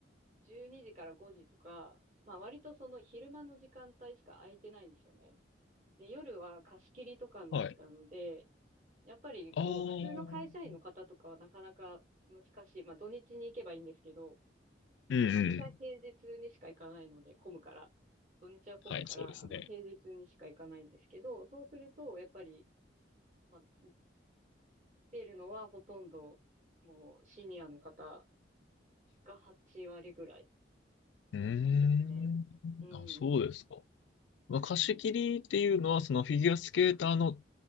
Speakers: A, on the right; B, on the left.
A: 12時から5時とか、まあ割とその昼間の時間帯しか空いてないんですよね。で、夜は貸し切りとかになっちゃうので、
B: はい。
A: やっぱり、
B: ああ、
A: こう、
B: う
A: 普通の会社員の方とかはなかなか難しい。
B: ん
A: まあ、土日に行けばいいんですけど、
B: うん。
A: まあ、私は平日にしか行かないので、混むから。土日は混むから、
B: はい、そうですね。
A: あの、平日にしか行かないんですけど、そうすると、やっぱり、まあ、来ているのはほとんど、もう、シニアの方が8割ぐらい
B: うーん。
A: ですね。うん。
B: あ、そうですか。まあ、貸し切りっていうのは、そのフィギュアスケーターの